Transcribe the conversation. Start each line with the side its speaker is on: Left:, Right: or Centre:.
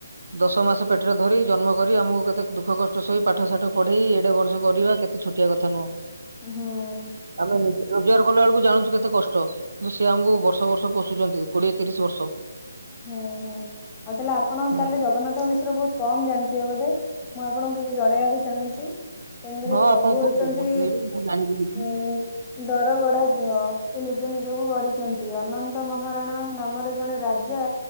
Right: ଦଶ ମାସ ପେଟରେ ଧରି ଜନ୍ମ କରି ଆମକୁ କେତେ ଦୁଃଖ କଷ୍ଟ ସହି ପାଠ ସାାଠ ପଢେଇ ଏଡେ ବର୍ଷ କରିବା କେତେ ଛୋ ଟିଆ କଥା ନୁହଁ।
Left: ହୁଁ।
Right: ଆମେଜ ରୋଜଗାର କଲା ବେଳକୁ ଜାଣଛୁ କେତେ କଷ୍ଟ। କିନ୍ତୁ ସେ ଆମକୁ ବର୍ଷ ବର୍ଷ ପୋଷୁଛନ୍ତି କୋଡିଏ ତିରିଶ ବର୍ଷ।
Left: ହୁଁ ହୁଁ ଆଉ ତାହେଲେ ଆପଣ
Right: ହୁଁ
Left: ତାହେଲେ ଜଗନ୍ନାଥ ମିଶ୍ର ବହୁତ କମ ଜାଣିଥିବେ ବୋଧେ? ମୁଁ ଆପଣଙ୍କୁ କିଛି ଜଣେଇବାକୁ ଚାହୁଁଛି। ତେଣୁକରି
Right: ହଁ
Left: ପ୍ରଭୁ
Right: ଆପଣ କୁହନ୍ତୁ
Left: ହଉଛନ୍ତି
Right: ମୁଁ ଶୁଣିବି ମୁଁ ଜାଣିବି କିଛି।
Left: ଉ ଦର ଗଢା ଦିଅ ସେ ନିଜ ନିଜକୁ ଗଢିଛନ୍ତି ଅନନ୍ତ ମହାରଣା ନାମରେ ଜଣେ ରାଜା।